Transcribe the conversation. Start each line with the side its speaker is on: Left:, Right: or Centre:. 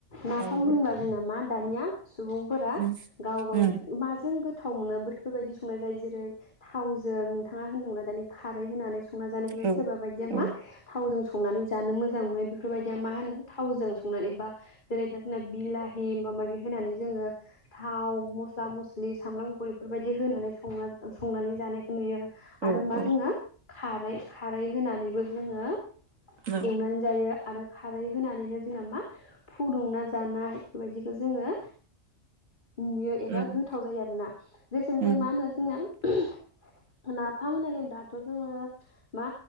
Left: नाफाम
Right: औ दे
Left: होनबा जोंना मा दानिया सुबुंफोरा
Right: उम
Left: गाव गाव
Right: उम
Left: माजों गो थाव मोनो बफोरबायदि संनाय जायो जेरै थावजों नोंथाङा होनदोंमोनना दानि खारै होननानै सं संना जानायखौ नुयो,
Right: औ
Left: सोरबा बायदिया
Right: औ
Left: मा थावजों संनानै जानो मोजां मोनो बेफोरबायदिया मा होनो थावजों संनानै बा जेरै दा जोंना बिलाहि माबा-माबि होनानै जोङो थाव, मस्ला-मस्लि, सामब्राम गुफुर बेफोरबायदि होनानै संना-संनानै जानायखौ नुयो।
Right: औ
Left: आरो मा
Right: औ
Left: जोङो खारै खारै होनानैबो जोङो
Right: औ
Left: एवनानै जायो। आरो खारै होनानैनो जोंना मा फुदुंना जानाय बेफोरबायदिखौ जोङो नुयो एबा
Right: उम
Left: गोथाव जायो आरोना, जेसेनो
Right: उम
Left: जों मा होनो जोंना ना नाफाम होनायलाय दाथ' जोङो, मा?